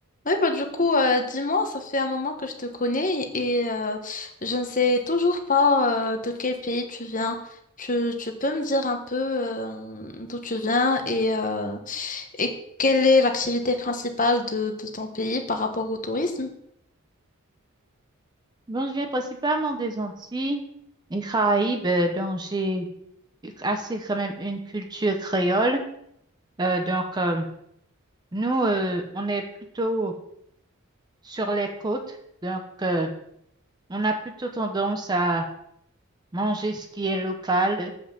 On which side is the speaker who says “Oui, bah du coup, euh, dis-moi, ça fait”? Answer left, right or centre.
Left